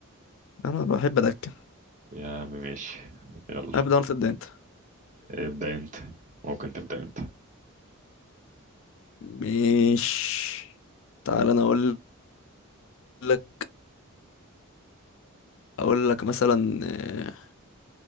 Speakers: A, on the left (about 65°); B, on the right (about 35°).
A: أنا بحب أدكن
B: يا عم ماشي يلا
A: أبدأ ولا تبدأ أنت
B: ابدأ أنت ممكن تبدأ أنت
A: مش تعال أنا أقول لك أقول لك مثلا آه،